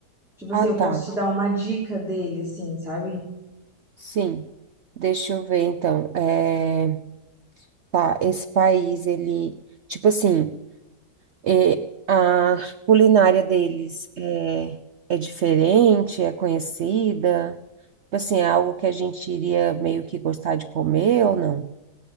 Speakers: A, in the centre; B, on the right.
A: Tipo assim,
B: Ah,
A: eu
B: tá,
A: posso te dar uma dica dele, assim, sabe?
B: sim. Deixa eu ver, então. É... Tá, esse país, ele, tipo assim, é, a culinária deles é, é diferente, é conhecida, tipo assim, é algo que a gente iria meio que gostar de comer ou não?